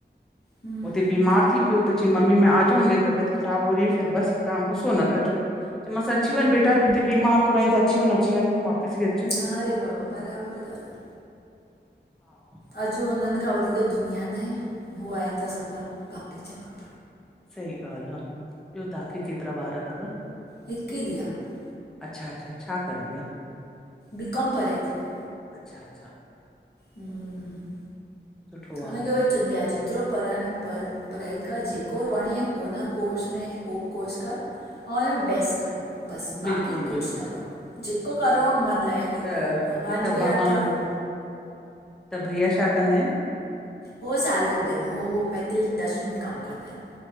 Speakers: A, on the left; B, in the centre.
A: हम्म,
B: उते बीमार थी पियो त चई, मम्मी में आ जाऊं, मेरी तबियत ख़राब हो रही है, फिर बस तां गुसो न कजो। चयोमांस अची वञ
A: हम्म।
B: बेटा, तू हुते बीमार तो रहीं त अची वञ, अची वञ, वापिस बि अची
A: न रे बाबा बराबर ॻाल आ।
B: हा
A: अॼ हुनन खां वधीक दुनिया नाए हो आहे त सभ आ बाक़ी छा खप
B: सही ॻाल आ, ॿियो तव्हांखे केतरा ॿार तव?
A: हिकु ई धीउ आहे
B: अच्छा, अच्छा छा कंदी आ?
A: बीकॉम परे ती उअ।
B: अच्छा, अच्छा।
A: हम्म,
B: सुठो
A: हुनखे
B: आहे
A: उहो ई चवंदी आ, जेतरो पढ़ाइण पढ़। पढ़ाई कर, जेको वणे हुन कोर्स में उहो कोर्स कर ऐं हुन में बेस कर। बस,
B: बिल्कुलु
A: बाक़ी कुछ
B: बिल्कुलु
A: न कव, जेको करणो
B: बिल्कुलु
A: आ मनु लॻाए
B: त
A: करो भॻवान
B: त
A: जी खे
B: भा
A: याद करो।
B: त भईया छा कंदा आहिन?
A: हो सैलरी ते आइन, हो मेटल इंडस्ट्री में कम कंदा आहिन।